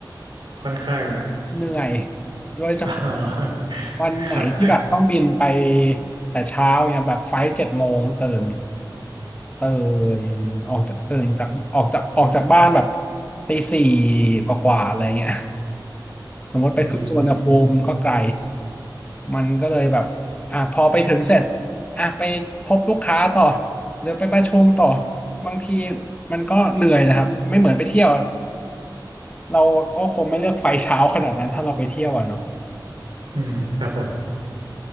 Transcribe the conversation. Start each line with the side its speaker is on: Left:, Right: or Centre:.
Right: ค่อนข้าง
Left: เหนื่อยโดยเฉพาะ
Right: <laughs> อ่า
Left: วันไหนที่แบบต้องบินไป
Right: ครับ
Left: แต่เช้าเนี่ยแบบไฟล์เจ็ดโมงตื่น ตื่นออกจากตื่นจากออกจากออกจากบ้านแบบตีสี่กว่าๆอะไรเงี้ย <laughs> สมมติไปขึ้นสุวรรณภูมิก็ไกล
Right: อืม
Left: มันก็เลยแบบอ่ะพอไปถึงเสร็จอ่ะไปพบลูกค้าต่อหรือไปประชุมต่อบางทีมันก็เหนื่อยนะครับไม่เหมือนไปเที่ยวเราก็คงไม่เลือกไฟเช้าขนาดนั้นถ้าเราไปเที่ยวอ่ะเนาะ
Right: อืมครับผม